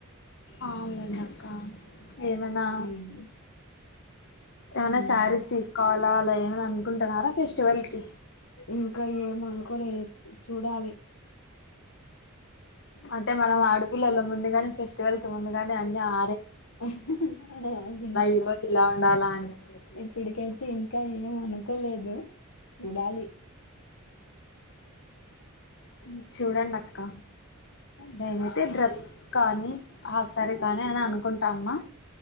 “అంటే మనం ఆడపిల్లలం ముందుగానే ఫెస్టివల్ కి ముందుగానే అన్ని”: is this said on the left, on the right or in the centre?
Left